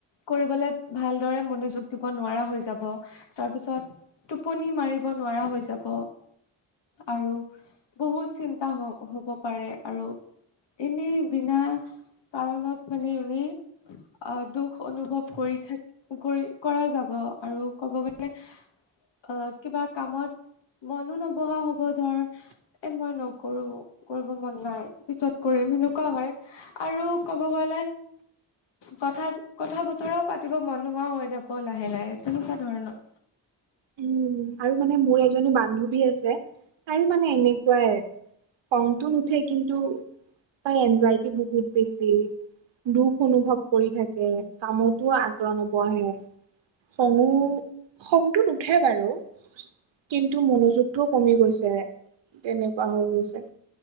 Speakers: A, on the left; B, on the right.
A: কৰিবলে ভালদৰে মনোযোগ দিব নোৱাৰা হৈ যাব তাৰপিছত পনি মাৰিব নোৱাৰা হৈ যাব। আৰু বহুত চিন্তা হ-হ'ব পাৰে আৰু। এনেই বিনা কাৰণত মানে এনেই আ, দুখ অনুভৱ কৰি থাক কৰি কৰা যাব আৰু ক'ব গ'লে অ' কিবা কামত মনো নবহা হ'ব ধৰ। এ, মই নকৰোঁ, কৰিব মন নাই, পিছত কৰিম সেনেকুৱা হয়। আৰু ক'ব গ'লে কথা কথা বতৰাও পাতিব মন নোহোৱা হৈ যাব লাহে লাহে, তেনেকুৱা ধৰণৰ।
B: উম আৰু মানে মোৰ এজনী বান্ধৱী আছে তাইও মানে এনেকোৱায়েই। খঙটো নুঠে কিন্তু তাই এনজাইটি বহুত বেছি। দুখ অনুভৱ কৰি থাকে, কামতো আগ্ৰহ নবহে। খঙো খঙটো নো হে বাৰু কিন্তু মনোযোগটোও কমি গৈছে। তেনেকুৱা হৈ গৈছে।